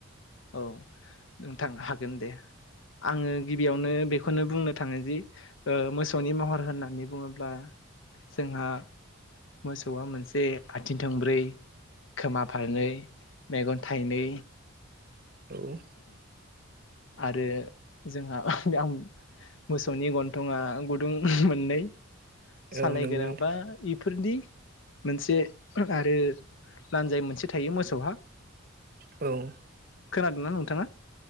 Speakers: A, on the left; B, on the right.
A: औ नोंथां हागोन दे आङो गिबियावनो बे खौनो बुंनो थाङो जि मोसौनि महर होननानै बुङोब्ला जोंहा मोसौआ मोनसे आथिं थोंब्रै खोमा फारनै मैगन थाइनै
B: औ
A: आरो जोंहा आं मोसौनि गन्थङा गुदुं मोननै
B: औ
A: सालाय
B: नंगौ
A: गोनांबा
B: नों
A: फोरनि मोनसे आरो लान्जाय मोनसे थायो मोसौहा
B: औ
A: खोनादोंना नोंथाङा?